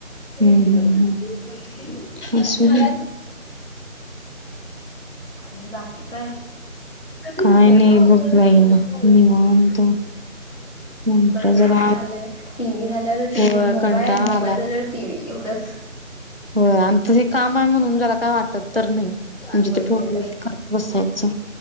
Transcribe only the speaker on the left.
आणि बाकी काय
कंटाळ
आलाय टी. व्ही झाल्यावर
मोबाईल
मोबाईल
झाल्यावर टी व्ही एवढंच
होय
तर आहे